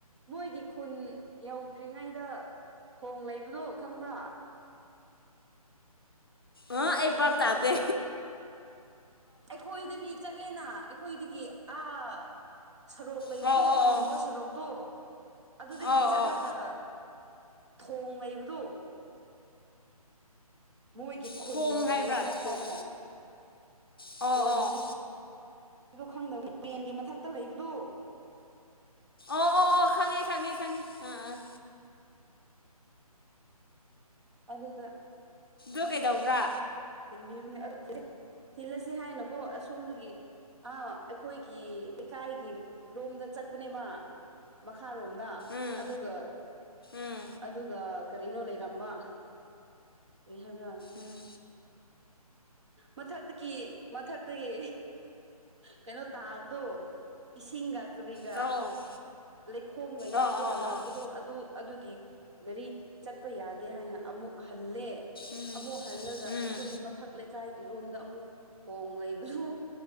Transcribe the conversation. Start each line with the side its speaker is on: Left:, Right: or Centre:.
Right: ꯃꯣꯏꯒꯤ ꯈꯨꯟ ꯌꯧꯗ꯭ꯔꯤꯉꯩꯗ ꯊꯣꯡ ꯂꯩꯕꯗꯣ ꯈꯪꯕ꯭ꯔꯥ
Left: ꯑ ꯑꯩꯕꯞ ꯇꯥꯗ
Right: ꯇꯥꯕ꯭ꯔꯣ ꯑꯩꯈꯣꯏꯗꯒꯤ ꯆꯠꯂꯦꯅ ꯑꯩꯈꯣꯏꯗꯒꯤ ꯑꯥ ꯁꯣꯔꯣꯛ ꯂꯩꯕꯗꯣ
Left: ꯑꯣ ꯑꯣ ꯑꯣ
Right: ꯑꯃꯨꯕ ꯁꯣꯔꯣꯛꯇꯣ ꯑꯗꯨꯗꯒꯤ
Left: ꯑꯧ
Right: ꯆꯠꯂꯒ
Left: ꯑꯧ
Right: ꯊꯣꯡ ꯂꯩꯕꯗꯨ ꯃꯣꯏꯒꯤ ꯈꯨꯟ
Left: ꯊꯣꯡ
Right: ꯌꯧꯗ
Left: ꯍꯥꯏꯕ꯭ꯔꯥ
Right: ꯗ꯭ꯔꯤꯉꯩꯗ
Left: ꯊꯣꯡ
Right: ꯍꯥꯏꯔꯒ
Left: ꯑꯣ
Right: ꯊꯣꯡ
Left: ꯑꯣ
Right: ꯍꯥꯏꯕ ꯑꯩꯣ ꯈꯪꯗꯕꯅꯤ ꯇ꯭ꯔꯦꯟꯒꯤ ꯃꯊꯛꯇ ꯂꯩꯕꯗꯨ
Left: ꯑꯣ ꯑꯣ ꯑꯣ ꯈꯪꯉꯦ ꯈꯪꯉꯦ ꯈꯪꯉꯦ ꯑ
Right: ꯑꯗꯨꯗ
Left: ꯑꯣ ꯀꯩꯗꯧꯕ꯭ꯔꯥ
Right: ꯕ ꯊꯤꯜꯂꯁꯤ ꯍꯥꯏꯅꯣꯀꯣ ꯑꯁꯣꯝꯗꯒꯤ ꯑ ꯑꯩꯈꯣꯏꯒꯤ ꯂꯩꯀꯥꯏꯒꯤ ꯔꯣꯝꯗ ꯆꯠꯄꯅꯦꯕ ꯃꯈꯥ ꯊꯥꯔꯣꯝꯗ
Left: ꯎꯝ
Right: ꯑꯗꯨꯒ
Left: ꯎꯝ
Right: ꯑꯗꯨꯒ ꯀꯔꯤꯅꯣ ꯂꯩꯔꯝꯕ ꯀꯔꯤ ꯍꯥꯏꯕ꯭ꯔꯥ
Left: ꯎꯝ
Right: ꯃꯊꯛꯇꯒꯤ ꯃꯊꯛꯇꯒꯤ ꯀꯩꯅꯣ ꯇꯥꯕ ꯑꯗꯣ ꯏꯁꯤꯡꯒ ꯀꯔꯤꯒ
Left: ꯑꯣ
Right: ꯂꯩꯈꯣꯝꯒ ꯌꯥꯎꯔꯒ
Left: ꯑꯣ ꯑꯣ
Right: ꯂꯥꯛꯄꯗꯣ
Left: ꯑꯣ
Right: ꯑꯗꯨ ꯑꯗꯨꯒꯤ ꯒꯥꯔꯤ ꯆꯠꯄ ꯌꯥꯗꯦ ꯍꯥꯏꯅ ꯑꯃꯨꯛ ꯍꯜꯂꯦ
Left: ꯎꯝ
Right: ꯑꯃꯨꯛ ꯍꯜꯂꯒ
Left: ꯎꯝ
Right: ꯑꯩꯈꯣꯏ ꯃꯊꯛ ꯂꯩꯀꯥꯏꯒꯤ ꯏꯔꯣꯝꯗ ꯑꯃꯨꯛ ꯊꯣꯡ ꯂꯩꯕꯗꯨ